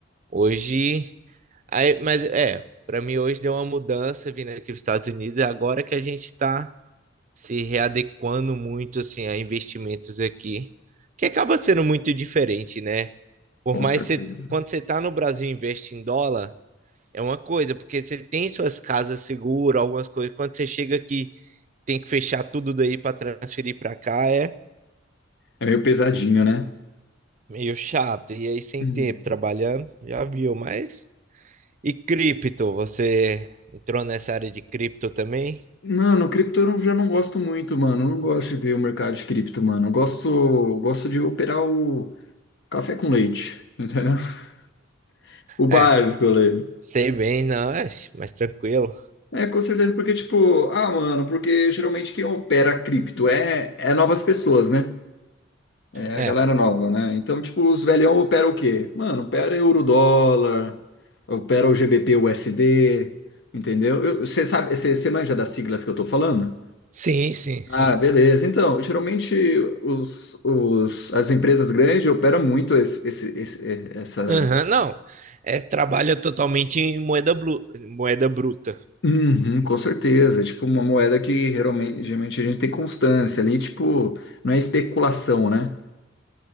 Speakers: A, on the right; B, on the left.
A: Hoje, aí, mas é, para mim hoje deu uma mudança vindo aqui para os Estados Unidos, agora que a gente está se readequando muito assim a investimentos aqui, que acaba sendo muito diferente, né? Por
B: com
A: mais
B: certeza.
A: que você, quando você tá no Brasil e investe em dólar, é uma coisa, porque você tem suas casas seguras, algumas coisas. Quando você chega aqui, tem que fechar tudo daí para transferir para cá, é
B: É meio pesadinho, né?
A: meio chato. E aí, sem
B: Uhum.
A: tempo trabalhando, já viu, mas. E cripto, você entrou nessa área de cripto também?
B: Mano, cripto eu não- já não gosto muito, mano. Eu Não gosto de ver o mercado de cripto, mano. Eu gosto, gosto de operar o café com leite, entendeu? <laughs> O básico,
A: É,
B: ali.
A: sei bem, não, é mais tranquilo.
B: É, com certeza, porque, tipo, ah, mano, porque geralmente quem opera cripto é, é novas pessoas, né? É a
A: É,
B: galera nova, né? Então, tipo, os velhão operam o quê? Mano, opera euro-dólar, opera o GBP USD, entendeu? Você sabe, você manja das siglas que eu tô falando?
A: sim, sim,
B: Ah,
A: sim.
B: beleza. Então, geralmente os, os, as empresas grandes operam muito esse, esse, esse- essa,
A: Aham, não, é, trabalha totalmente em moeda, blu, moeda bruta.
B: Uhum, com certeza. Tipo, uma moeda que geralmente, geralmente a gente tem constância ali, tipo, não é especulação, né?